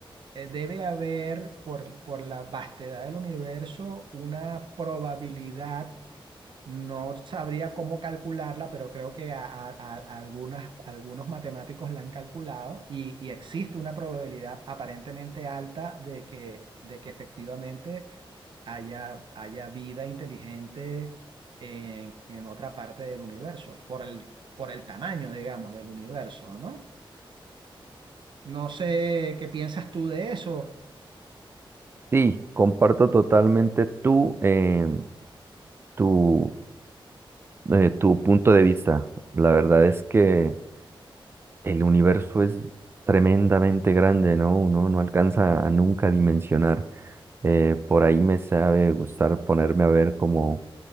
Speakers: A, on the right; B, on the right.
A: eh, debe haber por, por la vastedad del universo una probabilidad. No sabría cómo calcularla, pero creo que a, a- a- a algunas, algunos matemáticos la han calculado y, y existe una probabilidad aparentemente alta de que, de que efectivamente haya, haya vida inteligente en, en otra parte del universo, por el, por el tamaño, digamos, del universo, ¿no? No sé qué piensas tú de eso.
B: Sí, comparto totalmente tú. em, tu, eh, tu punto de vista. La verdad es que el universo es tremendamente grande, ¿no? Uno no alcanza a nunca dimensionar. Eh, por ahí me sabe gustar ponerme a ver como